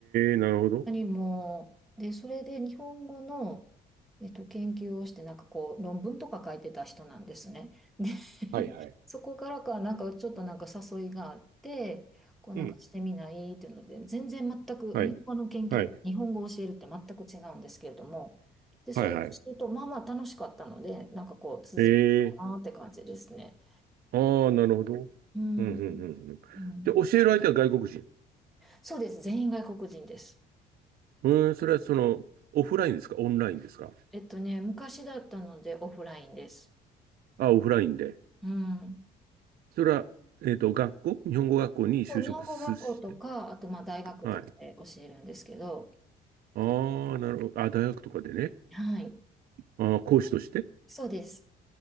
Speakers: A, on the right (about 60°); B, in the centre.
A: ー、なるほど。
B: にも、で、それで日本語の、えっと、研究をして、なんかこう、論文とか書いてた人なんですね。で、
A: はいはい。
B: そこからか、なんかちょっとなんか誘いがあって、こうなんかしてみないっていうので、
A: うん。
B: 全然全く、
A: はい。
B: 日本語の研究、
A: はい。
B: 日本語を教えるって全く違うんですけれども、で、それをすると、
A: はいはい。
B: まあまあ楽しかったので、なんかこう、続くかなって感じですね。
A: えー、ああ、なるほど。うんうんうんうん。
B: うん、うん。
A: で、教える相手は外国人。
B: そうです。全員外国人です。
A: うーん、それはその、オフラインですかオンラインですか
B: えっとね、昔だったのでオフラインです。
A: あ、オフラインで。
B: うん。
A: それは、えっと、学校日本語学校に就職すして。
B: そう、日本語学校とか、あとまあ大学とかで教えるんですけど、
A: はい。ああ、なるほど。あ、大学とかでね。
B: はい、
A: あー講師として
B: そうです。